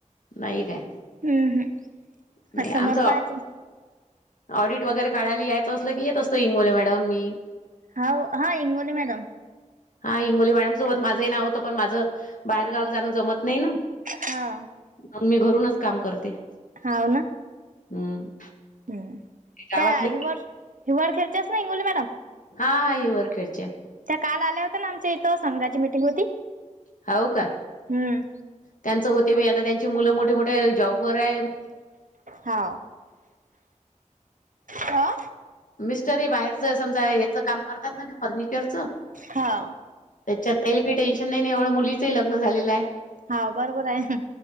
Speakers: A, on the left; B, on the right.
A: नाही काय.
B: हम्म
A: नाही
B: समोर
A: आमचं.
B: पाहायचं
A: ऑडिट वगैरे काढयला यायचं असलं की हेेत असतो इंगोले मॅडम मी.
B: हा इंगवले मॅडम.
A: हा इंगवले मॅडम सोबत माझंही नाव होतं पण माझं, बाहेरगावला जाण जमत नई न.
B: हा.
A: मग मी घरूनच काम करते.
B: हाव ना.
A: हम्म
B: हम्,
A: गावातले
B: काय हिवर्स हिवर खेळत्यास व्हय इंगोली मॅडम.
A: हा हिवर खेळत्या.
B: त्या काल आल्या होत्या ना आमच्या इथं, संघाची मीटिंग होती.
A: हाव क,
B: हम्म
A: त्यांच होते व्हय आता त्यांची मुलं मोठे मोठे जॉब वर आहे.
B: हा. आ..
A: मिस्टरइ बाहेरच समजा यचं काम करतात ना ते फर्निचरच.
B: हाव
A: त्याच्यात त्याला कायी टेन्शन नायी आणि एवढं मुलीचंइ लग्न झालेलं आहे.
B: हाव बरोबर आहे.